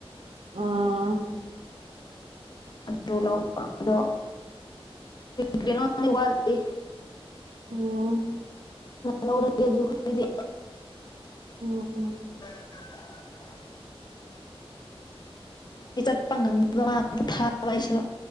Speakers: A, on the right (about 80°); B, on the left (about 45°).
A: ꯎꯥ
B: ꯑꯗꯨ ꯂꯧꯕ ꯑꯗꯣ ꯀꯩꯅꯣꯗꯤ ꯋꯥꯠꯗꯤ
A: ꯑꯣꯝ
B: ꯂꯧꯔꯒꯦ ꯑꯗꯨ ꯈꯔꯗꯤ
A: ꯎꯝ ꯎꯝ
B: <inaudible> ꯑꯩ ꯆꯠꯄ ꯉꯝꯗꯕ ꯄ ꯊꯥꯕ ꯑꯩꯁꯨ